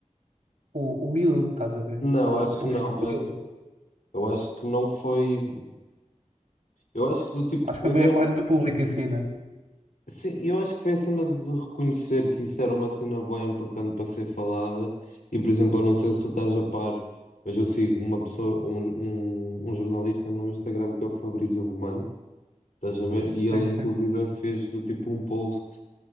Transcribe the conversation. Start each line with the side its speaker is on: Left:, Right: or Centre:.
Right: o, o miúdo, estás a ver?
Left: Não,
Right: O,
Left: acho que
Right: o
Left: não.
Right: filho dele.
Left: Acho- Eu acho que não foi. Eu acho que do tipo,
Right: Acho que
Left: eu
Right: foi mesmo
Left: nem
Right: mais o público em si, né?
Left: Sim, eu acho que foi a cena de reconhecer que isso era uma cena bem importante para ser falada. E, por exemplo, eu não sei se tu estás a par, mas eu sigo uma pessoa, um, um, um jornalista no Instagram que é o Fabrício Romano, estás a ver? E ele,
Right: Sim,
Left: inclusive,
Right: sim.
Left: fez do tipo um post